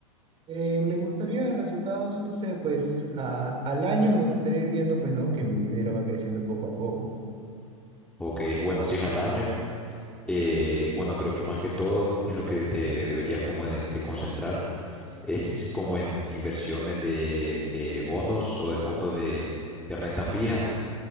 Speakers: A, on the right; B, in the centre.
A: Eh, me gustaría resultados, no sé, pues a- al año me gustaría ir viendo pues, ¿no? Que mi dinero va creciendo poco a poco.
B: Ok, bueno, si es al año, eh, bueno, creo que más que todo en lo que te deberías como de de concentrar Es como en inversiones de, de bonos o de fondos de, de renta fija,